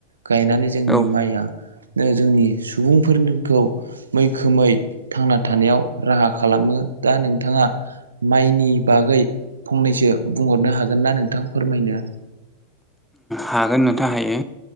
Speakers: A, on the right; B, in the centre.
A: गायनानै जोंनि
B: औ
A: माइया जोंनि सुबुंफोरखौ मैखोमै थांना थानायाव राहा खालामो। दा नोंथाङा माइनि बागै फंनैसो बुंहरनो हागोन ना नोंथां फोरमायनो
B: हागोन नोंथां हायो।